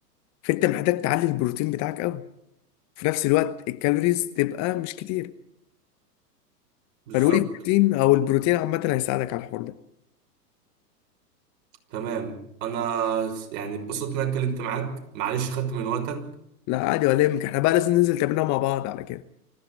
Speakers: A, on the left (about 35°); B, on the right (about 50°).
A: فانت محتاج تعلي البروتين بتاعك قوي في نفس الوقت الكالوريز تبقى مش كتير
B: بالظبط
A: فالواي بروتين او البروتين عامه هيساعدك على الحوار ده
B: تمام انا س- يعني اتبسطت ان انا اتكلمت معاك معلش خدت من وقتك
A: لا عادي ولا يهمك احنا بقى لازم ننزل تمرينها مع بعض على كده